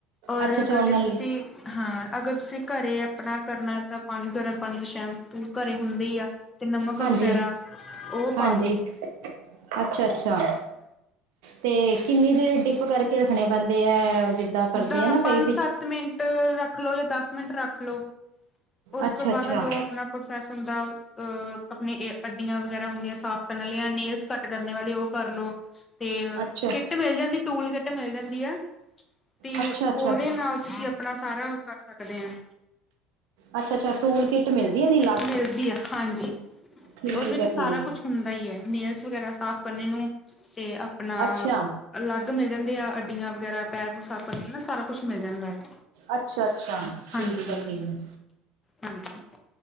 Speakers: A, on the left (about 25°); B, on the right (about 75°).
A: ਔਰ
B: ਅੱਛਾ ਅੱਛਾ
A: ਅਗਰ,
B: ਉਹ ਨਾਲ
A: ਜੇ ਤੁਸੀਂ, ਹਾਂ। ਅਗਰ ਤੁਸੀਂ ਘਰੇ। ਆਪਣਾ ਕਰਨਾ ਤਾਂ, ਪਾਣੀ, ਗਰਮ ਪਾਣੀ ਚ ਸ਼ੈਂਪੂ ਘਰੇ ਹੁੰਦੇ ਹੀ ਆ। ਤੇ ਨਮਕ,
B: ਹਾਂਜੀ
A: ਵਗੈਰਾ ਉਹ,
B: ਹਾਂਜੀ
A: ਪਾਾਲੋ।
B: ਅੱਛਾ- ਅੱਛਾ। ਤੇ ਕਿੰਨੀ ਦੇਰ, ਡਿਪ ਕਰਕੇ, ਰੱਖਣੇ ਪੈਂਦੇ ਹੈ। ਜਿੱਦਾਂ ਕਰਦੇ
A: ਦ
B: ਆ ਨਾ ਕਈ
A: ਪੰਜ,
B: ਵਿੱਚ
A: ਸੱਤ ਮਿੰਟ ਰੱਖ ਲਓ। ਜਾਂ ਦਸ ਮਿੰਟ ਰੱਖ ਲੋ। ਉਸ
B: ਅੱਛਾ
A: ਤੋਂ ਬਾਅਦ।
B: ਅੱਛਾ
A: ਜੋ ਆਪਣਾ, ਪ੍ਰੋਸੈਸ, ਹੁੰਦਾ ਅਹ ਆਪਣੇ। ਵਗੈਰਾ ਹੁੰਦੀਆਂ ਸਾਫ਼ ਕਰਨ ਵਾਲੀਆਂ ਜਾਂ ਨੇੇਲਸ ਕਟ ਕਰਨ ਵਾਲੇ ਉਹ ਕਰਲੋ। ਤੇ
B: ਅੱਛਾ
A: ਕਿੱਟ ਮਿਲ ਜਾਂਦੀ ਟੂਲ ਕਿੱਟ ਮਿਲ ਜਾਂਦੀ ਐ। ਤੇ
B: ਅੱਛਾ
A: ਉਹਦੇ
B: ਅੱਛਾ
A: ਨਾਲ ਤੁਸੀਂ ਆਪਣਾ ਸਾਰਾ ਕਰ ਸਕਦੇ ਆ,
B: ਅੱਛਾ-ਅੱਛਾ, ਤੂਲ ਕਿੱਟ ਮਿਲਦੀ ਐਦੀ।
A: ਮਿਲਦੀ ਆ ਹਾਂਜੀ,
B: ਠੀਕ
A: ਤੇ ਉਹਦੇ ਵਿੱਚ
B: ਹੈ ਠੀਕ
A: ਸਾਰਾ ਕੁਛ ਹੁੰਦਾ ਹੀ ਹੈ, ਨੇੇਲਸ ਵਗੈਰਾ ਸਾਫ਼ ਕਰਨੇ ਨੂੰ ਤੇ ਆਪਣਾ
B: ਅੱਛਾ
A: ਅਲੱਗ ਮਿਲ ਜਾਂਦੇ ਆ ਅੱਡੀਆਂ ਵਗੈਰਾ, ਪੈਰ ਨੂੰ ਸਾਫ ਕਰਨ ਨਾਲ ਸਾਰਾ ਕੁਛ ਮਿਲ ਜਾਂਦਾ ਹੈ।
B: ਅੱਛਾ-ਅੱਛਾ, ਠੀਕ
A: ਹਾਂਜੀ
B: ਹੈ ਠੀਕ ਹੈ।
A: ਹਾਂਜੀ,